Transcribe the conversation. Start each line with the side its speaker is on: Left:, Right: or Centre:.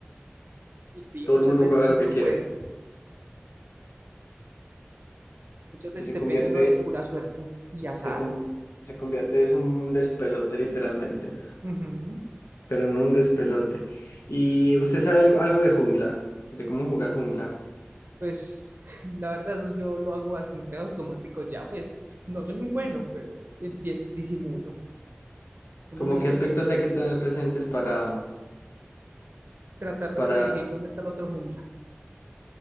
Right: Y sí,
Left: Todo
Right: muchas
Left: el mundo
Right: veces
Left: juega lo
Right: uno
Left: que
Right: no
Left: quiere
Right: puede, muchas veces
Left: y se
Right: depende
Left: convierte,
Right: uno de pura suerte y azar.
Left: se, con- se convierte es un despelote literalmente,
Right: Ujú.
Left: pero en un despelote. ¿Y usted sabe algo, algo de jungla? ¿De cómo jugar jungla?
Right: Pues <laughs> la verdad, eso yo lo hago bastante automático ya, pues no soy muy bueno, pero entien- disimulo. Uno
Left: ¿Como
Right: medio
Left: qué aspectos hay que tener presentes para,
Right: tratar
Left: para,
Right: de predecir dónde está el otro jungla.